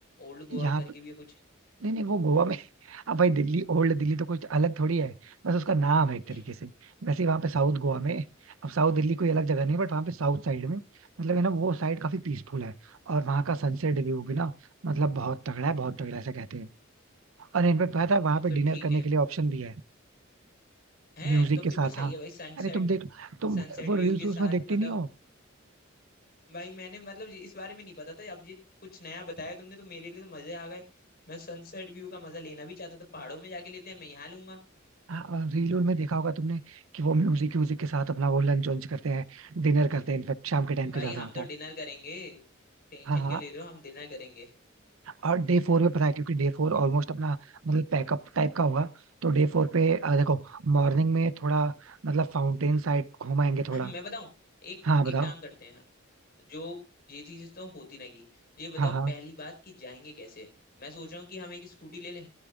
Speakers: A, on the left (about 50°); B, on the right (about 85°).
A: ओल्ड गोवा
B: यहाँ
A: करके
B: पे
A: भी है कुछ
B: नहीं नहीं वो गोवा में अब भाई दिल्ली ओल्ड दिल्ली तो कुछ अलग थोड़ी है बस उसका नाम है एक
A: <clears throat>
B: तरीके से वैसे ही वहाँ पे साउथ गोवा में अब साउथ दिल्ली कोई अलग जगह नहीं बट वहाँ पे साउथ साइड में मतलब है ना वो साइड काफी पीसफुल है और वहाँ का सनसेट व्यू भी ना मतलब बहुत तगड़ा है बहुत तगड़ा ऐसा कहते हैं और इनफेक्ट पता है वहाँ
A: तो
B: पे
A: फिर
B: डिनर
A: ठीक
B: करने
A: है
B: के लिए ऑप्शन भी है
A: हैं
B: म्यूजिक
A: तो फिर
B: के साथ
A: तो सही
B: हाँ
A: है भाई सनसेट
B: अरे तुम देख तुम
A: सनसेट
B: वो
A: व्यू
B: रील्स
A: के साथ
B: उसमें देखती
A: मतलब
B: नहीं हो
A: भाई मैंने मतलब ये- इस बारे में नहीं पता था अब ये कुछ नया बताया तुमने तो मेरे लिए तो मजे आ गए मैं सनसेट व्यू का मजा लेना भी चाहता था पहाड़ों में जाके लेते हैं मैं यहाँ लूंगा
B: हाँ रील में देखा होगा तुमने कि वो म्यूजिक म्यूजिक के साथ अपना वो लंच वंच करते हैं डिनर
A: <clears throat>
B: करते हैं इनफेक्ट शाम के टाइम के
A: भाई
B: ज्यादा
A: हम
B: आता
A: तो
B: है
A: डिनर करेंगे टेंशन
B: हाँ हाँ
A: क्यों ले रहे हो हम डिनर करेंगे
B: और डे फोर पे पता है क्योंकि डे फोर ऑलमोस्ट अपना मतलब पैकअप टाइप का होगा तो डे फोर पे अ, देखो मॉर्निंग में थोड़ा मतलब फाउंटेन साइड घुमाएंगे
A: <clears throat>
B: थोड़ा
A: मैं बताऊं एक
B: हाँ
A: एक
B: बताओ
A: काम करते हैं जो ये चीजें तो होती रहेंगी ये बताओ
B: हाँ हाँ
A: पहली बात कि जाएंगे कैसे मैं सोच रहा हूँ कि हम एक स्कूटी ले लें